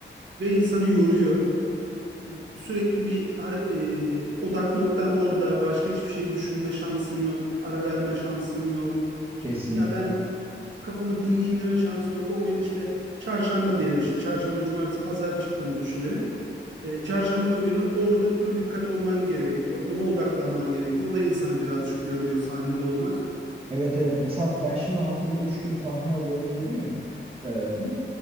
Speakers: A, on the right; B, on the right.
A: ve insanı yoruyor. E, Sürekli bir har- e, odak noktan orada, başka hiçbir şey düşünme şansın yok, ara verme şansın yok.
B: kesinlikle.
A: Ya ben kafamı dinleyeyim deme şansın yok. O gün işte çarşamba diyelim işte çarşamba, cumartesi, pazar çıktığını düşünelim. E, çarşamba günü orada pür dikkat olman gerekiyor. Ona odaklanman gerekiyor. O da insanı birazcık yoruyor sahnede olmak.
B: Evet evet mesela ben şimdi haftada 3 gün sahne alıyorum dedim ya. Ee,
A: Hı.